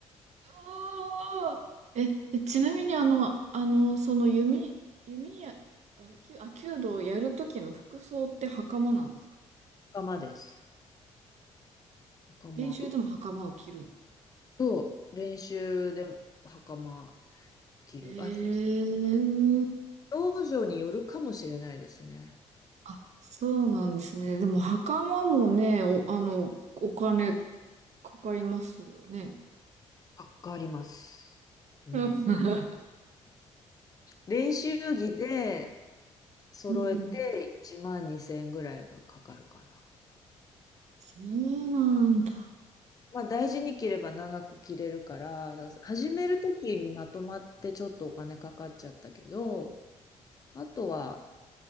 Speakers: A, on the right; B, on the left.
A: あーえ、え、ちなみにあの、あの、その弓、弓や、あれ、弓あ、弓道をやるときの服装って袴なんですか
B: 袴です袴
A: 練習でも袴を着る。
B: と練習で袴着るあ
A: ええ
B: 道場によるかもしれないですね
A: あ、そうなんですね。でも、袴もね、お、あの、お金かかりますよね。
B: かかります、うん、
A: うん。<laughs>
B: 練習着で揃えて1万2千円ぐらいはかかるかな
A: うんそうなんだ。
B: まあ、大事に着れば長く着れるから、だから始める時にまとまってちょっとお金かかっちゃったけど、あとは、